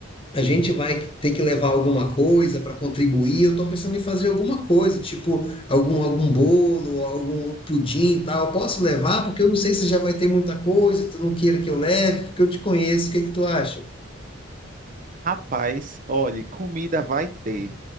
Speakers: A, on the left; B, on the right.
A: a gente vai ter que levar alguma coisa para contribuir. Eu estou pensando em fazer alguma coisa, tipo algum, algum bolo, algum pudim e tal. Eu posso levar? Porque eu não sei se já vai ter muita coisa, tu não queira que eu leve, porque eu te conheço. O que que tu acha?
B: Rapaz, olhe, comida vai ter,